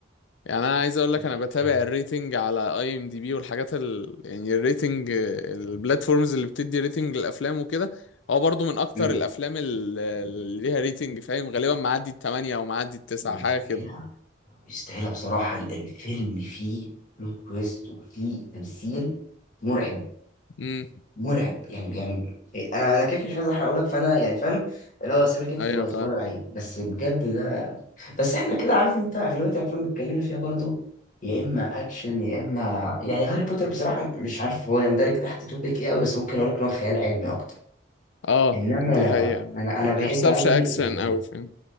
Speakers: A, on the left; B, on the left.
A: يعني انا عايز اقول
B: مش
A: لك انا
B: طبيعي
A: بتابع الريتنج على اي ام دي بي والحاجات ال... يعني الريتنج البلاتفورمز اللي بتدي ريتنج للافلام وكده هو برضو من اكتر
B: مم.
A: الافلام ال- اللي ليها ريتنج فاهم غالبا معدي التمانية او معدي التسعة
B: ويستاهلها
A: حاجه كده
B: يستاهلها بصراحه ال- الفيلم فيه بلوت تويست وفيه تمثيل مرعب
A: امم
B: مرعب يعني يعني إيه، انا انا كده كده مش عايز احرق لك فانا يعني فاهم لو هسيبك انت
A: ايوه
B: تبقى تتفرج
A: فاهم
B: عليه بس بجد ده بس احنا كده عارف انت اغلبيه الافلام اللي اتكلمنا فيها برضو يا اما اكشن يا اما يعني هاري بوتر بصراحه مش عارف هو يندرج تحت توبيك ايه قوي بس ممكن اقول لك ان هو خيال علمي اكتر
A: اه
B: انما
A: دي حقيقة
B: انا انا
A: ما
B: بحب
A: يحسبش
B: قوي
A: اكشن
B: ال... ال...
A: اوي فاهم